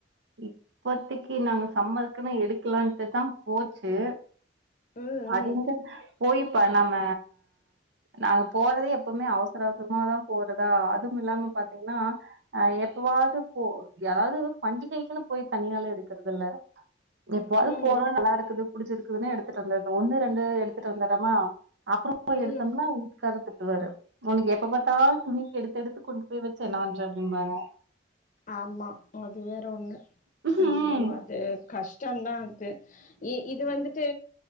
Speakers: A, on the right; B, on the left.
A: இப்பத்திக்கு நாங்க சம்மர்க்குமே எடுக்கலான்ட்டு தா போச்சு
B: ம் ம்
A: அதுங்க போயிப்ப நம்ம நாங்க போறதே எப்பவுமே அவச ரசமாதா போறதா அதும் இல்லாம பாத்தீங்ன்னா அ எப்பவாவ்து போ யாது பஞ்சிகைக்குனு போய் தனியால எடுக்குறதுல்ல எப்வாது
B: ம்
A: போறோ நல்லாடுக்குது புடிச்சிருக்குதுன்னா எடுத்துட் வந்தது ஒன்னு ரெண்டு எடுத்துட் வந்துறமா <inaudible>
B: ம்
A: எடுத்தம்னா உக்காறத்து வேற உனுக்கு எப்ப பாத்தால் துணிக்கு எடுத்தெடுத்து கொண்டு போய் வெச்சனான்ற அப்டிம்பாங்க
B: ஆமா அதுவே டவுண்ணு
A: ம்ஹ்ம்.
B: ஐயோ அது கஷ்டொ தா இ இது வந்துட்டு